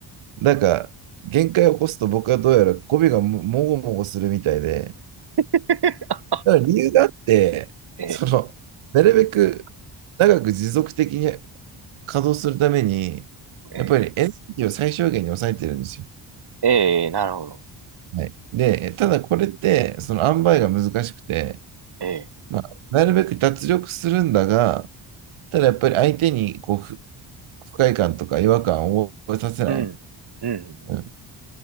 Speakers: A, on the right (about 85°); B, on the right (about 55°).
A: なんか、限界を起こすと僕はどうやら語尾がももごもごするみたいで、
B: <laughs>
A: だから理由があって、
B: ええ、
A: その、なるべく長く持続的に稼働するために、
B: え
A: やっぱりエネルギーを最小限に抑えてるんですよ。
B: え、ええ、なるほど。
A: はい、で、ただこれって、その塩梅が難しくて、
B: ええ、
A: まあ、なるべく脱力するんだが、ただやっぱり相手にこう不快感とか違和感を覚えさせない、
B: うん、うん。
A: うん、